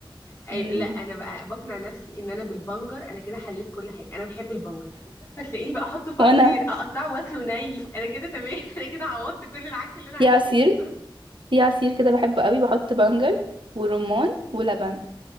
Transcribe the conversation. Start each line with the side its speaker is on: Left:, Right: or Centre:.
Left: ايوه
Right: امم
Left: لا انا بقى بقنع نفسي ان انا بالبنجر انا كده حليت كل حاجه انا بحب البنجر هتلاقيه بقى احطه في
Right: <laughs> وانا
Left: عصير اقطعه واكله ني انا كده تمام <laughs> انا كده عوضت كل العك اللي انا عكيته
Right: في عصير في عصير كده بحبه قوي بحط بنجر ورمان ولبن